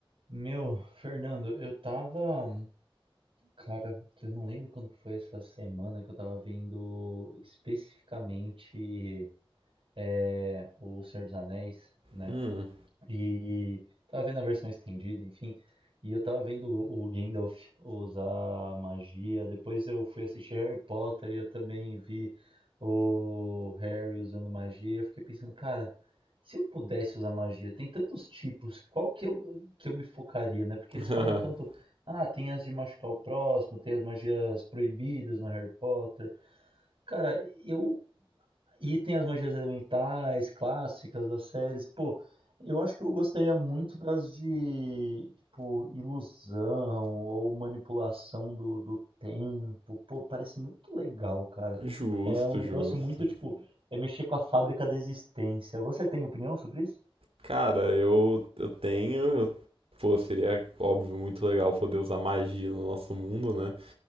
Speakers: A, on the right; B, on the right.
A: Meu, Fernando, eu tava. Cara, eu não lembro quando que foi essa semana que eu tava vendo especificamente é, O Senhor dos Anéis, né?
B: Hum.
A: E tava vendo a versão estendida, enfim. E eu tava vendo o o Gandalf usar magia. Depois eu fui assistir Harry Potter e eu também vi o Harry usando magia. E eu fiquei pensando, cara, se eu pudesse usar magia, tem tantos tipos, qual que eu, que eu me focaria, né? Porque
B: <laughs>
A: eles falam tanto, ah, tem as de machucar o próximo, tem as magias proibidas no Harry Potter. Cara, eu e tem as magias elementais clássicas das séries. Pô, eu acho que eu gostaria muito das de, tipo, ilusão ou manipulação do, do tempo. Pô, parece muito legal, cara.
B: Justo,
A: É um negócio
B: justo.
A: muito, tipo, é mexer com a fábrica da existência. Você tem opinião sobre isso?
B: Cara, eu, eu tenho. eu- pô, seria, óbvio, muito legal poder usar magia no nosso mundo, né?